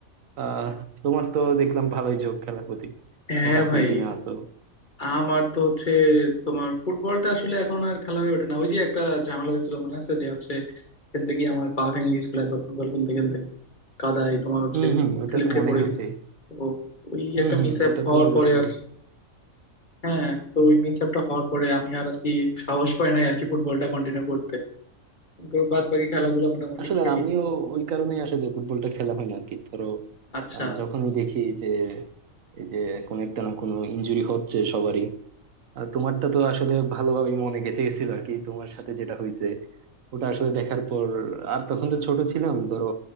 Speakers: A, on the right (about 70°); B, on the left (about 35°).
A: আহ তোমার তো দেখলাম ভালোই ঝোঁক খেলার প্রতি
B: হ্যাঁ
A: ভার্সিটি
B: ভাই
A: টিমে আছো
B: আমার তো হচ্ছে তোমার ফুটবলটা আসলে এখন আর খেলা হয়ে ওঠে না ওই যে একটা ঝামেলা হয়েছিল মনে আছে যে হচ্ছে খেলতে গিয়ে আমার পা ভেঙে গেছিল একবার ফুটবল খেলতে খেলতে কাদায় তোমার হচ্ছে
A: হম হম ওটা
B: স্লিপ
A: তো
B: খেয়ে
A: মনে
B: পড়ে
A: আছে
B: গেছে তো ওই
A: হম
B: একটা
A: হম
B: মিস আপ
A: ওটা
B: হওয়ার
A: তো অবশ্যই
B: পরে আর হ্যাঁ তো ওই মিস আপটা হওয়ার পরে আমি আর আর কি সাহস পাই নাই আর কি ফুটবলটা কন্টিনিউ করতে কিন্তু বাদ বাকি খেলাগুলো মোটামুটি
A: আসলে
B: খেলি
A: আমিও ওই কারণে আসলে ফুটবলটা খেলা হয় না আর কি ধরো
B: আচ্ছা
A: আহ, যখনই দেখি যে এই যে কোনো একটা না কোনো ইনজুরি হচ্ছে সবারই আর তোমারটা তো আসলে ভালোভাবেই মনে গেঁথে গেছিল আর কি তোমার সাথে যেটা হয়েছে ওটা আসলে দেখার পর আর তখন তো ছোট ছিলাম ধরো